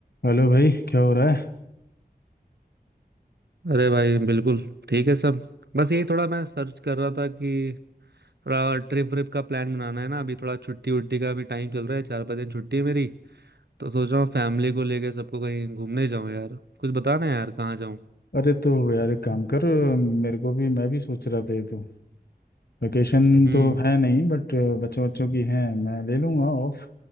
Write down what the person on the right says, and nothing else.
अरे भाई बिल्कुल ठीक है सब बस यही थोड़ा मैं सर्च कर रहा था कि थोड़ा ट्रिप व्रिप का प्लान बनाना है ना अभी थोड़ा छुट्टी उट्टी का भी टाइम चल रहा है चार पाँच दिन छुट्टी है मेरी तो सोच रहा हूँ फैमिली को लेके सबको कहीं घूमने जाऊँ यार कुछ बताना यार कहाँ जाऊँ
हम्म